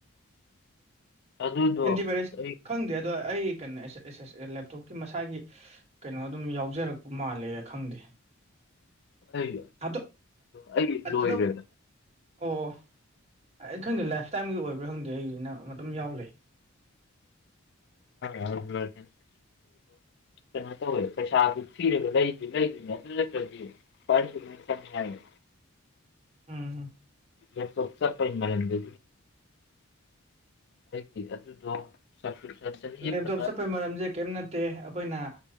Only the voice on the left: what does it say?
ꯑꯗꯨꯗꯣ
ꯑꯁ ꯑꯩ
ꯑꯩ
ꯑꯩꯒꯤ ꯂꯣꯏꯒꯦ
ꯑꯗꯨꯒꯤꯗꫭ ꯀꯩꯅꯣ ꯇꯧꯋꯦ ꯄꯩꯁꯥꯗꯨ ꯊꯤꯔꯒ ꯂꯩꯗꯨ ꯂꯩꯗꯨꯅꯦ ꯑꯗꯨ ꯅꯠꯇ꯭ꯔꯗꯤꯚ ꯂꯣꯏ ꯈꯪꯅꯤ ꯍꯥꯏꯌꯦ
ꯂꯦꯞꯇꯣꯞ ꯆꯠꯄꯒꯤ ꯃꯔꯝꯗꯨ ꯑꯩꯒꯤ ꯑꯗꯨꯗꯣ ꯁꯞꯁꯀ꯭ꯔꯤꯞꯁꯟ ꯆꯍꯤ
ꯑꯃꯗ